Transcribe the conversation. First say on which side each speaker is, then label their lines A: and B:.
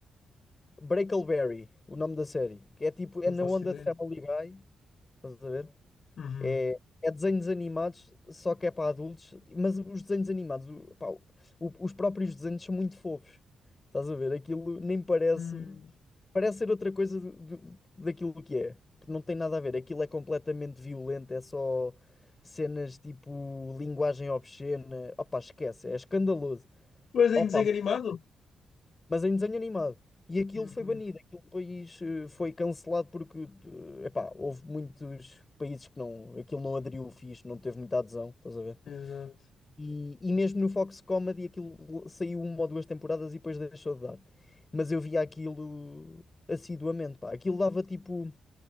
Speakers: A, on the left (about 25°); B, on the left (about 60°).
A: Breakleberry, o nome da série, que é tipo, é
B: Não
A: na
B: faço
A: onda
B: ideia.
A: de Family Guy, estás a ver?
B: Uhum.
A: É, é desenhos animados, só que é para adultos, mas os desenhos animados, o- pá, o- os próprios desenhos são muito fofos. Estás a ver? Aquilo nem parece.
B: Hum.
A: Parece ser outra coisa do- do- daquilo que é. Não tem nada a ver. Aquilo é completamente violento, é só cenas tipo linguagem obscena. Opa, esquece, é escandaloso.
B: Mas em
A: Opa,
B: desenho animado?
A: mas em desenho animado. E aquilo
B: Uhum.
A: foi banido, aquele país eh, foi cancelado porque, eh, epá, houve muitos países que não, aquilo não aderiu fixe, não teve muita adesão, estás a ver?
B: Exato.
A: E, e mesmo no Fox Comedy aquilo saiu uma ou duas temporadas e depois deixou de dar. Mas eu via aquilo assiduamente, pá. Aquilo dava tipo.